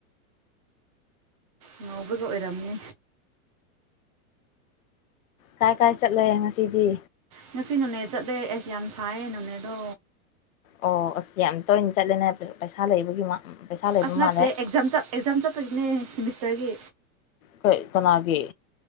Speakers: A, on the right; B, on the left.
A: ꯉꯥꯎꯕꯒ ꯑꯣꯏꯔꯝꯅꯤ
B: ꯀꯥꯏ ꯀꯥꯏ ꯆꯠꯂꯦ ꯉꯁꯤꯗꯤ
A: ꯉꯁꯤ ꯅꯣꯅꯦ ꯆꯠꯂꯦ ꯑꯦꯁ ꯌꯥꯝ ꯁꯥꯏꯌꯦ ꯅꯣꯅꯦꯗꯣ
B: ꯑꯣ ꯑꯁ ꯌꯥꯝ ꯇꯣꯏꯅ ꯆꯠꯂꯦꯅꯦ ꯄꯩꯁꯥ ꯂꯩꯕꯒꯤ ꯄꯩꯁꯥ ꯂꯩꯕ
A: ꯑꯁꯅꯥ
B: ꯃꯥꯜꯂꯦ
A: ꯑꯦꯛꯖꯝ ꯑꯦꯛꯖꯥꯝ ꯇꯒꯤ
B: ꯀꯣꯏ ꯀꯅꯥꯒꯤꯦ